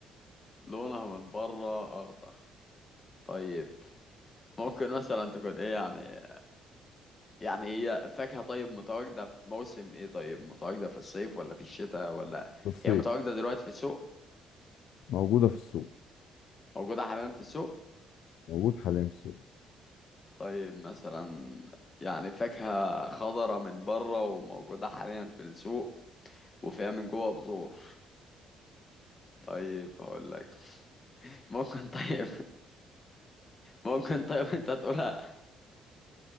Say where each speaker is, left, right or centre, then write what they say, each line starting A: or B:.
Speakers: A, on the left; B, on the left.
A: لونها من بره اخضر طيب ممكن مثلا تكون ايه يعني يعني هي فاكهة طيب متواجدة في موسم ايه طيب متواجدة في الصيف ولا في الشتاء ولا
B: في الصيف
A: هي متواجدة دلوقتي في السوق
B: موجودة في السوق
A: موجودة حاليا في السوق
B: موجود حاليا في السوق
A: طيب مثلا يعني فاكهة خضرة من بره وموجودة حاليا في السوق وفيها من جوه بذور طيب هقول لك <laughs> ممكن طيب ممكن طيب انت تقولها